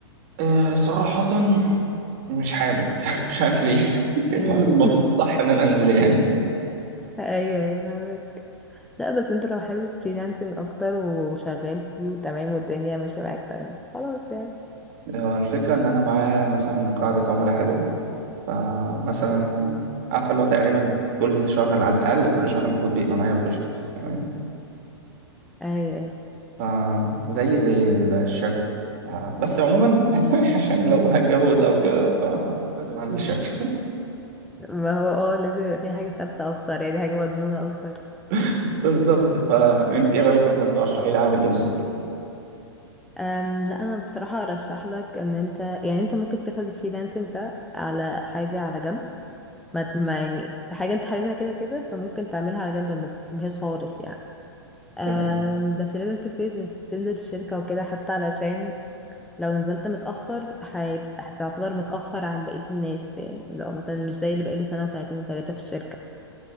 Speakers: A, on the right (about 40°); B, in the centre.
A: أه صراحة مش حابب <laughs> مش عارف ليه <laughs>
B: أمم،
A: مع إن المفروض الصح ان انا انزل يعني
B: <laughs> ايوه ايوه فاهمك لا بس انت لو حابب فريلانسنج اكتر وشغال فيه وتمام والدنيا ماشية معاك تمام خلاص يعني
A: هو الفكرة إن أنا معايا مثلا قاعدة عملاء حلوة فمثلا عارفة اللي هو تقريبا كل شهر على الأقل كل شهر المفروض بيبقى معايا بروجكت تمام
B: ايوه ايوه
A: فزي زي الشركة ف- بس عموما <laughs> عشان لو هتجوز أو كده فلازم أنزل الشركة
B: ما هو اه لازم يبقى في حاجة ثابتة اكتر يعني حاجة مضمونة اكتر
A: <laughs> بالظبط فأنت إيه رأيك مثلا ترشحي لي أعمل إيه بالظبط؟
B: أم لا انا بصراحة ارشح لك ان انت يعني انت ممكن تاخد الفريلانسنج ده على حاجة على جنب ما ما يعني حاجة انت حاببها كده كده فممكن تعملها على جنب ما تسيبهاش خالص يعني أم
A: تمام
B: بس لازم تبتدي تن- تنزل في شركة وكده حتى علشان لو نزلت متأخر هيبقى هتعتبر متأخر عن بقية الناس فاهم لو مثلا مش زي اللي بقاله سنة وسنتين وتلاتة في الشركة